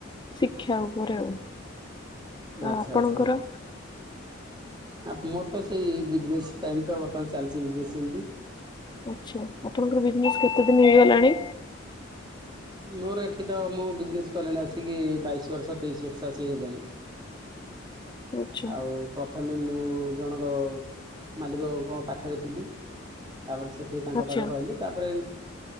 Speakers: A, on the left; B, on the right.
A: ଶିକ୍ଷା ଉପରେ ଆଉ। ଆଉ
B: ଆଚ୍ଛା
A: ଆପଣଙ୍କର?
B: ଆଚ୍ଛା। ଆ ମୋର ତ ସେଇ ବିଜନେସ ଟାଇମ୍ ଟା ବର୍ତ୍ତମାନ୍ ଚାଲିଛି ବିଜନେସ୍ ସେମତି।
A: ଆଛା ଆପଣଙ୍କର ବିଜନେସ୍ କେତେ ଦିନ ହେଇଗଲାଣି?
B: ମୋର ଏଠି ତ, ମୁଁ ବିଜନେସ କଲିଣି ଆସିକି ବାଇଶି ବର୍ଷ, ତେଇଶି ବର୍ଷ ଆସିକି ହେଲାଣି।
A: ଆଚ୍ଛା
B: ଆଉ ପ୍ରଥମେ ମୁଁ ଜଣଙ୍କ ମାଲିକଙ୍କ ପାଖରେ ଥିଲି ତାପରେ ସେଠି ତାଙ୍କ
A: ଆଚ୍ଛା
B: ପାଖରେ ରହିଲି ତାପରେ